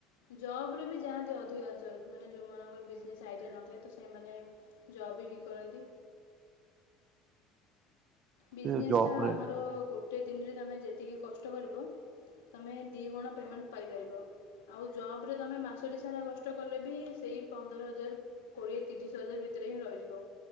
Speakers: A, on the left; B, on the right.
A: ଜବରେ ବି ଯାହାନ୍ତି ଅଧିକାଂଶ ମାନେ ଯୋଉମାନଙ୍କର ବିଜନେସ୍ ଆଇଡିଆ ନଥାଏ ତ ସେମାନେ <unintelligible> ବି ଠିକ କରନ୍ତି ବିଜନେସ୍
B: ସେ ଜବ୍
A: ଟା
B: ରେ
A: ଆମର ଗୋଟେ ଦିନରେ ତମେ ଯେତିକି କଷ୍ଟ କରିବ ତୁମେ ଦୁଇ ଗୁଣ ପେମେଣ୍ଟ ପାଇପାରିବ ଆଉ ଜବ ରେ ତମେ ମାସଟି ସାରା କଷ୍ଟ କଲେ ବି ସେଇ ପନ୍ଦର ହଜାର କୋଡ଼ିଏ ତିରିଶ ହଜାର ଭିତରେ ହିଁ ରହିଯିବ।